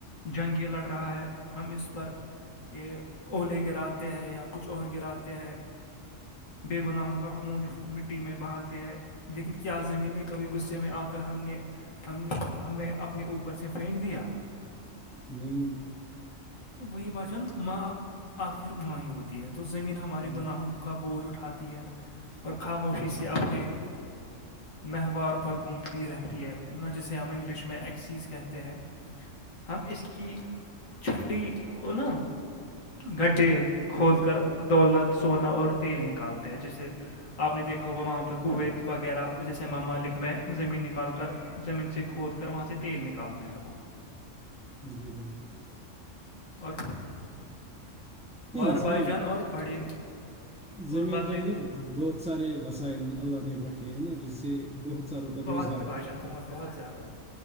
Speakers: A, on the left (about 85°); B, in the centre.
A: جنگیں لڑ رہا ہے ہم اس پر یہ اولے گراتے ہیں یا کچھ اور گراتے ہیں بے گناہوں کا خون اس مٹی میں بہاتے ہے لیکن کیا زمین میں کبھی غصے میں آپ کر ہم نے ہم نے ہمیں اپنے اوپر سے پھینک دیا
B: نہیں
A: تو وہی بچن ماں آخر ماں ہی ہوتی ہے تو زمین ہمارے
B: ہاں،
A: گناہوں کا بوجھ اٹھاتی ہے اور خاموشی سے اپنے مہوار پر گھومتی رہتی ہے جسے ہم انگلش میں ایک چیز کہتے ہیں ہم اس کی چھٹی ا نا گڈھے کھود کر دولت سونا اور تیل نکالتے ہیں جیسے آپ نے دیکھا ہوگا وہاں پہ کویت وغیرہ جیسے ممالک میں زمین نکال کر زمین سے کھود کر وہاں سے تیل نکالتا ہے وہ
B: جی بھائیے
A: اور
B: نہیں
A: اور
B: اس
A: بھائی
B: میں
A: جان اور بڑے اور
B: زمین
A: بدلے
B: میں نا بہت سارے وسائل اللہ نے رکھے ہیں نا جس سے بہت ساروں کا روز
A: ح باجن بہت بہت زیادہ